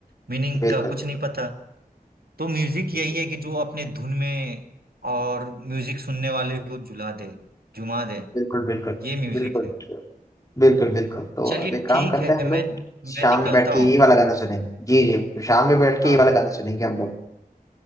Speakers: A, on the right; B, on the left.
A: मीनिंग
B: बिल्कुल
A: का कुछ
B: बिल्कुल
A: नहीं पता तो म्यूजिक
B: जी
A: यही
B: जी
A: है कि जो अपने धुन में और म्यूजिक सुनने वाले को झुला दे झुमा दे
B: बिल्कुल बिल्कुल
A: ये म्यूजिक
B: बिल्कुल
A: है
B: बिल्कुल बिल्कुल तो
A: चलिए
B: अब एक काम
A: ठीक
B: करते
A: है
B: हैं हम लोग
A: मैं मैं
B: शाम
A: निकलता
B: में बैठ के
A: हूँ
B: ये वाला गाना सुनेंगे जी जी शाम में बैठ के
A: हाँ
B: ये वाला गाना सुनेंगे हम लोग